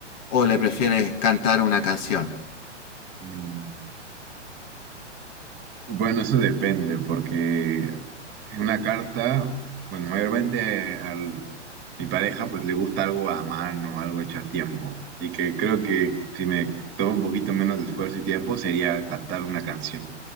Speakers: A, on the left (about 35°); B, on the right (about 30°).
A: o le prefieres cantar una canción?
B: Mm, Bueno, eso depende, porque en una carta, bueno, mayormente a mi pareja pues le gusta algo a mano, algo hecho a tiempo. Y que creo que si me toma un poquito menos de esfuerzo y tiempo sería cantar una canción.